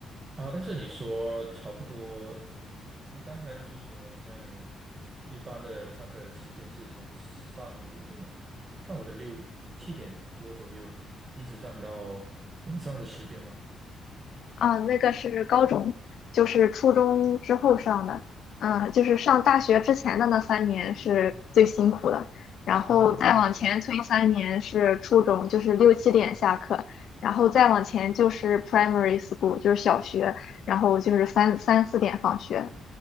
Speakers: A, on the right; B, on the left.
A: 啊，但是你说差不多，你刚才不是说好像一般的上课时间是从上午的上午的六七点多左右，一直上到晚上的十点吗？
B: 啊，那个是高中，就是初中之后上的，嗯，就是上大学之前的那三年是最辛苦的，然后再往前推三年是初中，
A: 啊，
B: 就是六七点下课，然后再往前就是 primary school，就是小学，然后就是三三四点放学。